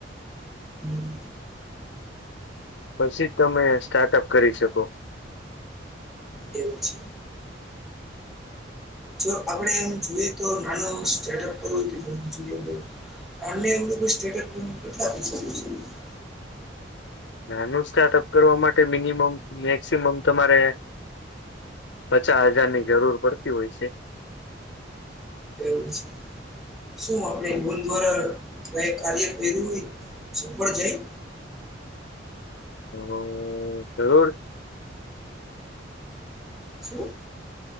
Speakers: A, in the centre; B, on the left (about 70°).
A: હમ.
B: પસી જ તમે સ્ટાર્ટઅપ કરી શકો.
A: એવું છે. જો આપણેે ઈ જોઈએ તો નાનું સ્ટાર્ટઅપ કરવું <unintelligible> ઓન્લી ઇંગ્લિશ સ્ટેટ્સ મુકતા હશે <unintelligible>
B: નાનું સ્ટાર્ટઅપ કરવા માટે મિનિમમ મેક્સિમમ તમારે પચા હજારની જરૂર પડતી હોય શે.
A: એવું છે. શું આપણે ગોલ દ્વારા કઈ કાર્ય કર્યું હોય, સફળ જાય?
B: હન, જરૂર
A: છુ.